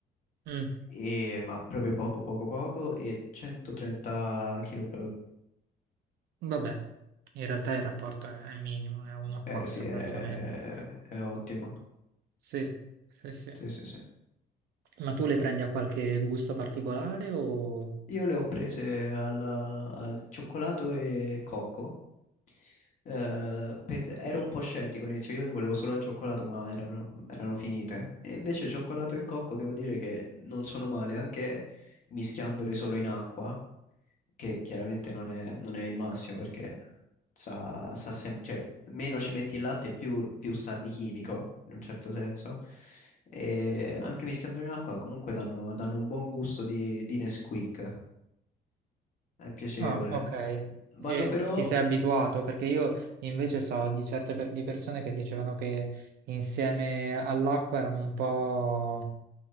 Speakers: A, on the right (about 70°); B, on the left (about 50°).
A: Mm,
B: e- ma proprio poco, poco, poco, e 130 kcal.
A: vabbè, in realtà il rapporto è, è minimo, è 1 a 4
B: Eh sì, è,
A: praticamente.
B: è ottimo.
A: Sì, sì, sì.
B: Sì, sì, sì.
A: Ma tu le prendi a qualche gusto particolare o...
B: Io le ho prese alla- al cioccolato e cocco. Eh, pens- ero un po' scettico all'inizio, io le volevo solo al cioccolato, ma erano, erano finite. E invece cioccolato e cocco devo dire che non sono male, anche mischiandole solo in acqua che chiaramente non è, non è il massimo perché sa, sa sem- cioè, meno ci metti il latte più, più sa di chimico, in un certo senso. E anche mischiandolo in acqua comunque danno, danno un buon gusto di, di Nesquik. È piacevole.
A: Ah, ok.
B: Vanno
A: E
B: però...
A: ti sei abituato? Perché io invece so di certe pe- di persone che dicevano che insieme all'acqua erano un po',